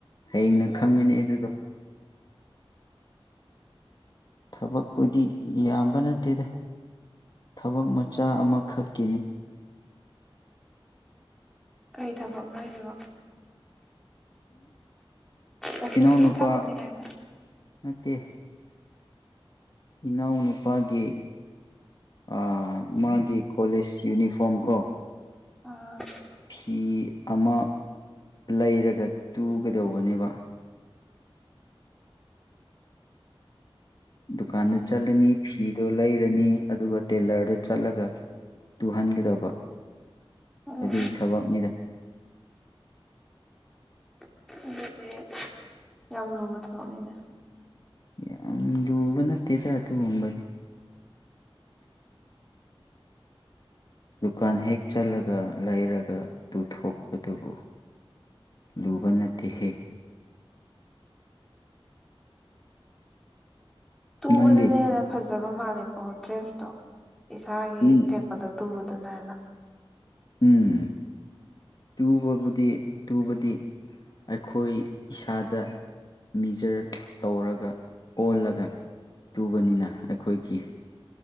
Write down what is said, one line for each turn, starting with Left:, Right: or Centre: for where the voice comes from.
Left: ꯍꯌꯦꯡꯅ ꯈꯪꯒꯅꯤ ꯑꯗꯨꯗꯣ ꯊꯕꯛꯄꯨꯗꯤ ꯌꯥꯝꯕ ꯅꯠꯇꯦꯗ ꯊꯕꯛ ꯃꯆꯥ ꯑꯃꯈꯛꯀꯤꯅꯤ꯫
Centre: ꯀꯩ ꯊꯕꯛ ꯍꯥꯏꯁꯤꯕꯣ꯫ ꯑꯣꯐꯤꯁꯀꯤ
Left: ꯏꯅꯥꯎꯅꯨꯄꯥ
Centre: ꯊꯕꯛꯅꯤ ꯀꯥꯏꯅ
Left: ꯅꯠꯇꯦ꯫ ꯏꯅꯥꯎꯅꯨꯄꯥꯒꯤ ꯑ ꯃꯥꯒꯤ ꯀꯣꯂꯦꯖ ꯌꯨꯅꯤꯐꯣꯔꯝ ꯀꯣ꯫
Centre: ꯑꯥ
Left: ꯐꯤ ꯑꯃ ꯂꯩꯔꯒ ꯇꯨꯒꯗꯧꯕꯅꯦꯕ꯫ ꯗꯨꯀꯥꯟꯗ ꯆꯠꯂꯅꯤ ꯐꯤ ꯗꯨ ꯂꯩꯔꯅꯤ ꯑꯗꯨꯒ ꯇꯦꯂꯔꯗ ꯆꯠꯂꯒ ꯇꯨꯍꯟꯒꯗꯕ꯫
Centre: ꯑꯣ
Left: ꯑꯗꯨꯏ ꯊꯕꯛꯅꯤꯗ꯫
Centre: ꯑꯗꯨꯗꯤ ꯌꯥꯝ ꯂꯨꯕ ꯊꯕꯛꯅꯤꯅꯦ꯫
Left: ꯌꯥꯝ ꯂꯨꯕ ꯅꯠꯇꯦꯗ ꯑꯗꯨ ꯒꯨꯝꯕꯗꯤ꯫ ꯗꯨꯀꯥꯟ ꯍꯦꯛ ꯆꯠꯂꯒ ꯂꯩꯔꯒ ꯇꯨꯊꯣꯛꯄꯗꯨꯕꯨ꯫ ꯂꯨꯕ ꯅꯠꯇꯦꯍꯦ꯫
Centre: ꯇꯨꯕꯗꯨꯅ
Left: ꯅꯪꯗꯤ
Centre: ꯍꯦꯟꯅ ꯐꯖꯕ ꯃꯥꯜꯂꯦꯀꯣ ꯗ꯭ꯔꯦꯁꯇꯣ꯫ ꯏꯁꯥꯒꯤ
Left: ꯎꯝ
Centre: ꯀꯩꯅꯣꯗ ꯇꯨꯕꯗꯨꯅ ꯍꯥꯏꯅ
Left: ꯎꯝ꯫ ꯇꯨꯕꯕꯨꯗꯤ ꯇꯨꯕꯗꯤ ꯑꯩꯈꯣꯏ ꯏꯁꯥꯗ꯫ ꯃꯤꯖꯔ ꯇꯧꯔꯒ ꯑꯣꯜꯂꯒ ꯇꯨꯕꯅꯤꯅ ꯑꯩꯈꯣꯏꯒꯤ꯫